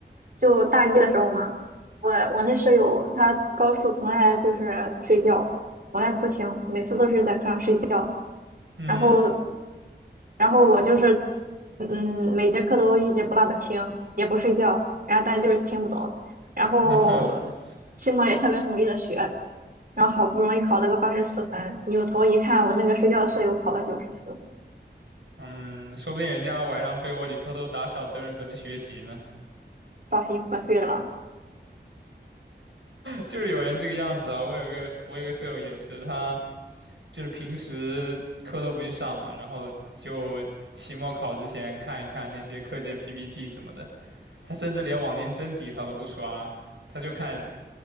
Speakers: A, on the right; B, on the right.
A: 就大一的时候嘛，我我那舍友她高数从来就是睡觉，从来不听，每次都是在课上睡觉。
B: 嗯，
A: 然后然后我就是嗯，每节课都一节不落的听，也不睡觉，然后但就是听不懂。然后
B: <laughs>
A: 期末也特别努力的学，然后好不容易考了个八十四分，扭头一看，我那个睡觉的舍友考了九十四，
B: 嗯，说不定人家晚上被窝里偷偷打小灯儿搁那学习呢。
A: 抱心破碎了。
B: 就是有人这个样子啊。我有个我有个舍友也是，他就是平时课都不去上嘛，然后就期末考之前看一看那些课件 PPT 什么的。他甚至连往年真题他都不刷，他就看